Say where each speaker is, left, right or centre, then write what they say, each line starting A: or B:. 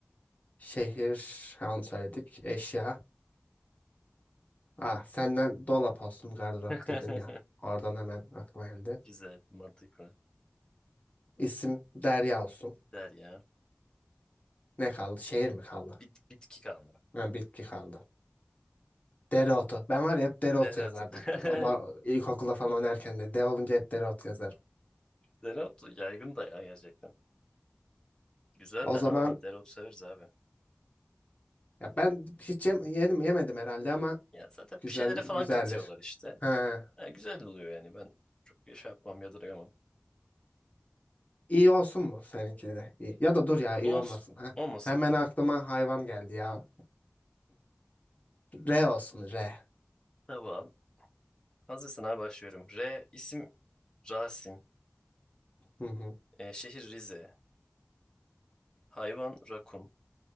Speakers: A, on the left (about 35°); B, on the left (about 20°).
A: Şehir ha, onu söyledik. Eşya. Ah, senden dolap olsun gardırop
B: <laughs>
A: dedin ya. Oradan hemen aklıma geldi.
B: Güzel, mantıklı.
A: İsim Derya olsun.
B: Der ya.
A: Ne kaldı? Şehir mi kaldı?
B: Bit, bitki kalma.
A: Ha, bitki kaldı. Dereotu. Ben var ya hep dereotu
B: Dereotu.
A: yazardım.
B: <laughs>
A: Ama ilkokulda falan oynarken de de olunca hep dereotu yazarım.
B: Dereotu yaygın da ya gerçekten. Güzel
A: O
B: de
A: zaman
B: ha. Dereotu severiz abi.
A: ya ben hiç yem- yedim, yemedim herhalde ama
B: Ya zaten
A: güzel
B: bir şeylere falan
A: güzeldir.
B: katıyorlar işte.
A: Ha.
B: Ha, güzel oluyor yani. Ben çok şey yapmam, yadırgamam.
A: İyi olsun mu seninkileri? İyi. Ya da dur ya iyi
B: Olsun.
A: olmasın ha.
B: Olmasın.
A: Hemen aklıma hayvan geldi ya. R olsun R.
B: Tamam. Hazırsın abi başlıyorum. R isim Rasim.
A: Hı hı.
B: Ee, şehir Rize. Hayvan rakun.